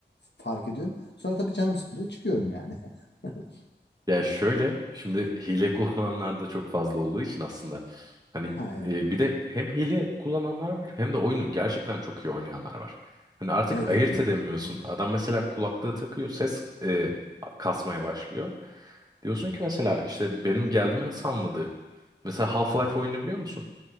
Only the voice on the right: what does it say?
Ya şöyle, şimdi hile kullananlar da çok fazla olduğu için aslında hani
e, bir de hem hile kullananlar var hem de oyunu gerçekten çok iyi oynayanlar var. Hani artık
ayırt
edemiyorsun.
Adam mesela kulaklığı takıyor, ses e, kasmaya başlıyor. Diyorsun
ki mesela işte benim geldiğimi nasıl anladı? Mesela Half-Life
oyununu biliyor musun?